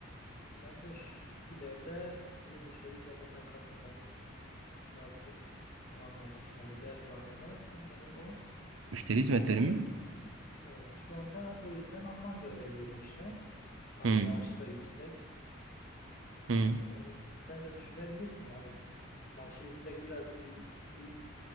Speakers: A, on the left; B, on the right.
A: Ben de şu- ileride bu müşteri hizmetlerine katılmayı daha çok planlamışım. Yani B planı olarak şu an benim o.
B: Müşteri hizmetleri
A: Ee,
B: mi?
A: evet şu anda o yüzden Almanca öğreniyorum işte. Hani
B: Hı,
A: maaşı da yüksek.
B: hı.
A: Yani bence sen de düşünebilirsin. Hani maaşı yüksek biraz bir, bir